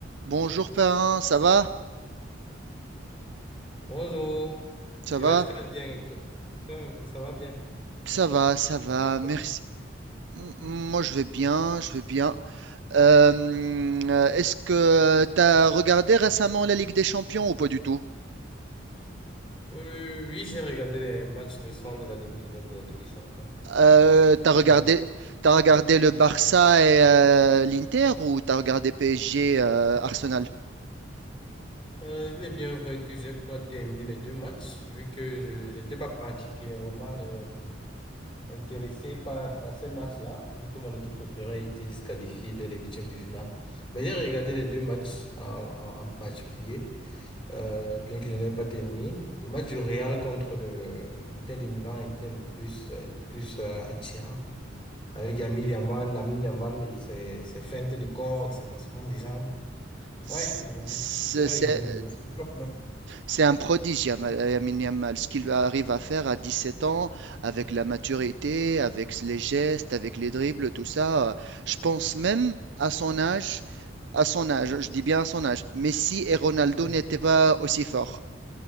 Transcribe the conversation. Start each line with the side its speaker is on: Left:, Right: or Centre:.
Right: Bonjour parrain, ça va?
Left: Bonjour,
Right: Ça
Left: je
Right: va?
Left: vais très bien et toi? Hum, ça va bien.
Right: Ça va, ça va,
Left: Et toi?
Right: merci. M- Moi je vais bien, je vais bien. Euh, euh, est-ce que t'as regardé récemment la Ligue des Champions ou pas du tout?
Left: Euh, oui, j'ai regardé les matchs récents de la demi-finale de la Ligue des Champions.
Right: Euh, t'as
Left: Euh,
Right: regardé, t'as regardé le Barça et euh, l'Inter ou t'as regardé PSG, euh, Arsenal?
Left: euh, il est bien vrai que j'ai pas terminé les deux matchs, vu que je, je n'étais pas particulièrement euh, intéressé par, par ces matchs-là, vu que mon équipe préférée était disqualifiée dès les huitièmes de finale. Mais j'ai regardé les deux matchs en, en- en particulier. euh, bien qu'il n'ait pas terminé. Le match du Real contre le l'Inter de Milan était le plus, le plus euh, attirant. Avec Lamine Yamal, Lamine Yamal et ses, ses feintes de corps et ses passements des jambes.
Right: C'est
Left: Ouais, donc j'ai regardé
Right: c'est-
Left: les matchs. Et toi,
Right: c'est un prodige, Yamal, Lamine Yamal, ce qu'il arrive à faire à 17 ans, avec la maturité, avec les gestes, avec les dribbles, tout ça. euh, Je pense même à son âge, à son âge, je dis bien à son âge, Messi et Ronaldo
Left: Ouais.
Right: n'étaient pas aussi forts.